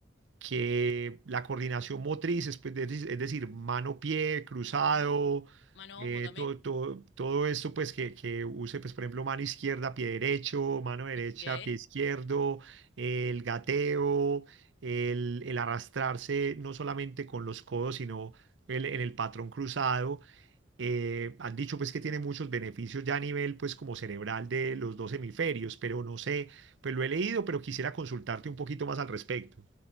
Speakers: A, on the right (about 80°); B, on the left (about 75°).
A: que la coordinación motriz, es, pues, de- es decir, mano-pie, cruzado,
B: Ujú. Mano
A: eh,
B: ojo también.
A: todo, todo, todo esto pues que, que use, pues, por ejemplo, mano izquierda, pie derecho, mano derecha,
B: Ok.
A: pie izquierdo, el gateo, el, el arrastrarse no solamente con los codos, sino el- en el patrón cruzado. Eh, han dicho pues que tiene muchos beneficios ya a nivel pues como cerebral de los dos hemisferios, pero no sé, pues lo he leído, pero quisiera consultarte un poquito más al respecto.